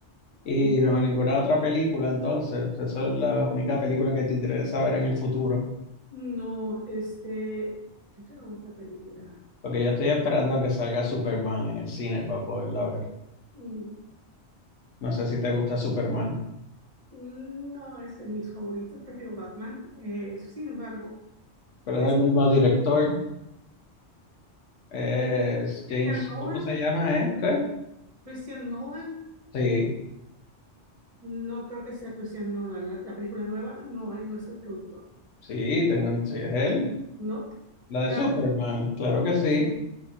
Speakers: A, on the right; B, on the left.
A: No,
B: Y no, ninguna otra película, entonces, esa es la única película que te interesa ver en el futuro.
A: no, este, ¿qué otra, otra película?
B: Porque yo estoy esperando que salga Superman en el cine para poderla ver.
A: Mm,
B: No sé si te gusta Superman,
A: No es de mis favoritos, prefiero Batman. Eh, sin embargo,
B: pero
A: es
B: es el mismo director. Es
A: Christian
B: James,
A: Nolan.
B: ¿cómo se llama, eh? ¿Qué?
A: Christian Nolan,
B: Sí,
A: no creo que sea Christian Nolan. La, la película nueva, no, él no es el productor.
B: sí, tengo, sí, es él.
A: No,
B: La
A: la
B: de Superman, claro que sí.